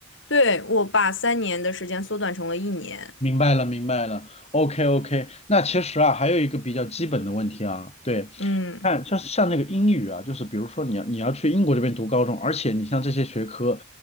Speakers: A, on the left; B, on the left.
A: 对，我把三年的时间缩短成了一年。
B: 明白了，明白了，OK OK。那其实啊，还有一个比较基本的问题啊，对，
A: 嗯，
B: 看，像像那个英语啊，就是比如说你要你要去英国这边读高中，而且你像这些学科